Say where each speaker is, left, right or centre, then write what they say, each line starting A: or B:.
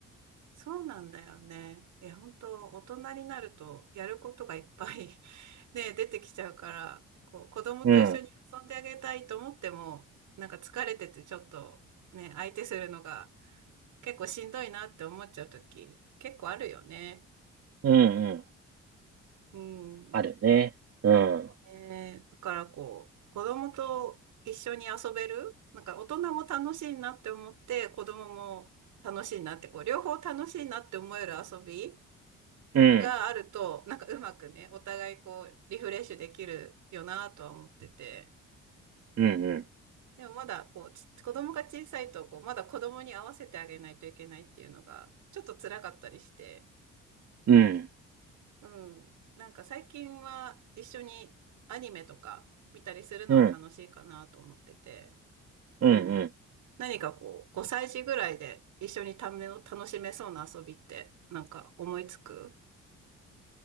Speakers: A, on the right; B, on the right.
A: そうなんだよね。え、本当大人になるとやることがいっぱい <laughs> ね、出てきちゃうから、こう、子供と一緒に遊んであげたいと思っても、
B: うん。
A: なんか疲れててちょっとね、相手するのが結構しんどいなって思っちゃうとき、結構あるよね。
B: うん、うん。
A: うん。
B: あるね。うん。
A: えー、だからこう、子供と一緒に遊べる、なんか大人も楽しいなって思って、子供も楽しいなって、こう、両方楽しいなって思える遊び
B: うん。
A: があると、なんかうまくね、お互いこう、リフレッシュできるよなとは思ってて。
B: うん、うん。
A: でもまだこう、ち子供が小さいと、こう、まだ子供に合わせてあげないといけないっていうのが、ちょっと辛かったりして、
B: うん。
A: うん。なんか最近は一緒にアニメとか見たりするのは楽しいかなと思ってて。
B: うん。うん、
A: うん。
B: うん。
A: 何かこう、5歳児ぐらいで一緒にため、楽しめそうな遊びって、なんか思いつく